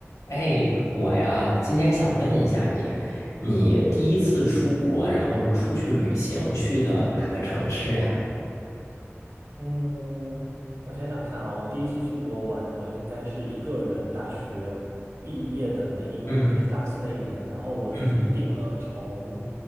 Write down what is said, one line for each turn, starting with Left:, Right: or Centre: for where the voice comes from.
Left: 哎，我呀，今天想问一下你，你第一次出国，然后出去旅行，去的哪个城市呀？
Right: 嗯，我想想看啊，我第一次出国玩，我应该是一个人大学毕业的那一年，
Left: 嗯
Right: 就是大四那一年，然后我自己订了从
Left: 嗯